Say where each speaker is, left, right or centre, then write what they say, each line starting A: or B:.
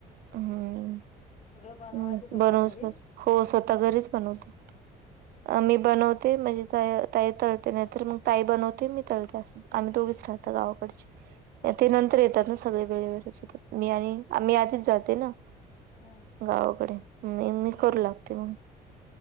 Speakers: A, on the right; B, on the left.
A: हम्म,
B: बनवायचं स्वतः
A: बरोज
B: घरी
A: हो स्वतः घरीच बनवतो. मी बनवते म्हणजे ता-ताई तळते नायतर मग ताई बनवते मी तळते अस. आम्ही दोघीच राहत गावाकडची. ते
B: हं,
A: नंतर येतात ना सगळे वेळेवरच येतात मी आणि आम्ही आधीच जाते ना.
B: हं,
A: गावाकडे मी मी
B: हं,
A: करू लागते मंग